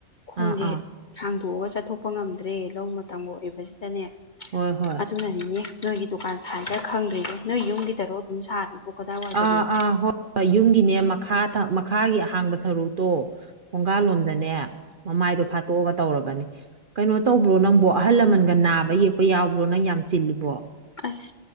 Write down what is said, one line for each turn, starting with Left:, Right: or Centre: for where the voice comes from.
Left: ꯈꯣꯡꯁꯦ
Right: ꯑꯥ ꯑꯥ
Left: ꯊꯥꯡꯗꯣꯛꯑꯒ ꯆꯠꯊꯣꯛꯄ ꯉꯝꯗ꯭ꯔꯦ ꯂꯧ ꯃꯇꯝꯒ ꯑꯣꯏꯕꯁꯤꯗꯅꯦ
Right: ꯍꯣꯏ ꯍꯣꯏ
Left: ꯑꯗꯨꯅꯅꯤꯅꯦ ꯅꯣꯏꯒꯤ ꯗꯨꯀꯥꯟ ꯁꯥꯏꯗ ꯈꯪꯗ꯭ꯔꯤꯅꯦ ꯅꯣꯏ ꯌꯨꯝꯒꯤꯗꯔꯣ ꯑꯗꯨꯝ ꯁꯥꯔꯤꯕꯔꯤꯕꯣ ꯀꯗꯥꯏꯋꯥꯏꯗꯅꯣ
Right: ꯑꯥ ꯑꯥ ꯍꯣꯏ ꯌꯨꯝꯒꯤꯅꯦ ꯃꯈꯥ ꯃꯈꯥꯒꯤ ꯑꯍꯥꯡꯕ ꯁꯔꯨꯛꯇꯣ ꯈꯣꯡꯒꯥ ꯂꯣꯝꯗꯅꯦ ꯃꯃꯥꯏꯗꯣ ꯐꯥꯠꯇꯣꯛꯑꯒ ꯇꯧꯔꯕꯅꯤ ꯀꯩꯅꯣ ꯇꯧꯕ꯭ꯔꯣ ꯅꯪꯕꯣ ꯑꯍꯜ ꯂꯃꯟꯒ ꯅꯥꯕ ꯌꯦꯛꯄ ꯌꯥꯎꯕ꯭ꯔꯣ ꯅꯪ ꯌꯥꯝ ꯆꯤꯜꯂꯤꯕꯣ
Left: ꯑꯁ